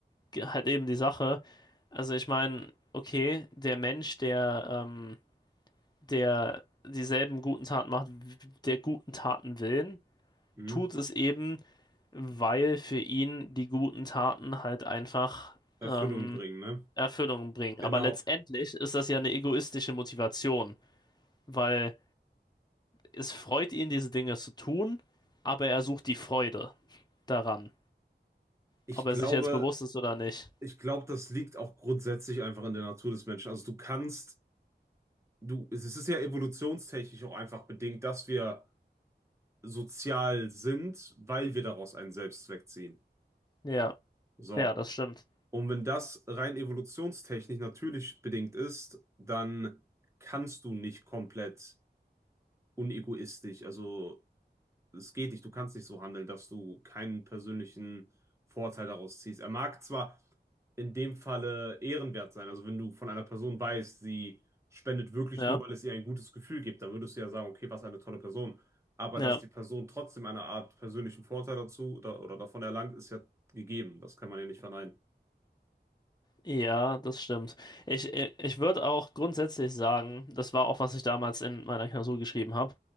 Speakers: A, on the left; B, on the right.
A: ge- halt eben die Sache. Also ich meine, okay, der Mensch, der, ähm, der dieselben guten Taten macht, w- der guten Taten willen,
B: Hm.
A: tut es eben, weil für ihn die guten Taten halt einfach
B: Erfüllung
A: ähm,
B: bringen, ne?
A: Erfüllung bringen.
B: Genau.
A: Aber letztendlich ist das ja eine egoistische Motivation, weil es freut ihn, diese Dinge zu tun, aber er sucht die Freude daran,
B: Ich
A: ob er
B: glaube,
A: sich jetzt bewusst ist oder nicht.
B: ich glaube, das liegt auch grundsätzlich einfach in der Natur des Menschen. Also du kannst, du, es ist ja evolutionstechnisch auch einfach bedingt, dass wir sozial sind, weil wir daraus einen Selbstzweck ziehen.
A: Ja,
B: So.
A: ja, das stimmt.
B: Und wenn das rein evolutionstechnisch natürlich bedingt ist, dann kannst du nicht komplett unegoistisch, also es geht nicht, du kannst nicht so handeln, dass du keinen persönlichen Vorteil daraus ziehst. Er mag zwar in dem Falle ehrenwert sein, also wenn du von einer Person weißt, sie spendet wirklich
A: Ja,
B: nur, weil es ihr ein gutes Gefühl gibt, dann würdest du ja sagen, okay, was eine tolle Person. Aber
A: ja.
B: dass die Person trotzdem eine Art persönlichen Vorteil dazu oder, oder davon erlangt, ist ja gegeben. Das kann man ja nicht verneinen.
A: Ja, das stimmt. Ich, äh, ich würde auch grundsätzlich sagen, das war auch, was ich damals in meiner Klausur geschrieben habe,